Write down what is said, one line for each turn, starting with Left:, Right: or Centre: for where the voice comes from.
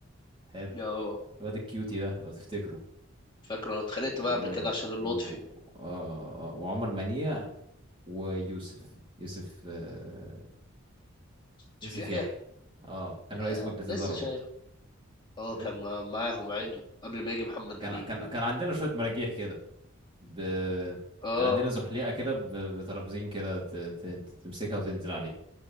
Right: حلو
Left: <laughs> اه
Right: الواد الكيوتي ده لو تفتكره
Left: فاكر انا اتخانقت
Right: و...
Left: معاه قبل كده عشان اللطفي
Right: و... آه... آه، وعمر منيع ويوسف يوسف آه،
Left: شوف
Right: يوسف
Left: يحيى
Right: يحيى اه كان
Left: يا
Right: رئيس مجلس
Left: لسه
Right: إدارة برضه
Left: شايف اه
Right: حلو
Left: كان مع- معاهم عدو قبل ما يجي محمد
Right: كان
Left: نبيل
Right: كان كان عندنا شوية مراجيح كده ب...
Left: اه
Right: كان عندنا زحليقة كده ب... بترابزين كده ت... ت... ت- تمسكها وتنزل عليه